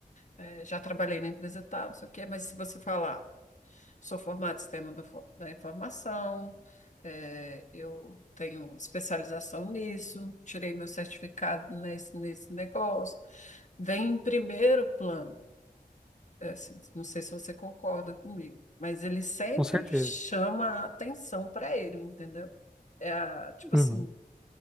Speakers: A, on the left (about 50°); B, in the centre.
A: eh, já trabalhei na empresa tal, não sei o quê, mas se você falar Sou formada em sistema da fo- da informação, eh, eu tenho especialização nisso, tirei meu certificado nesse, nesse negócio. Vem em primeiro plano, eh, assim, não sei se você concorda comigo, mas ele sempre
B: Com certeza.
A: chama a atenção para ele, entendeu? É a, tipo
B: Uhum.
A: assim,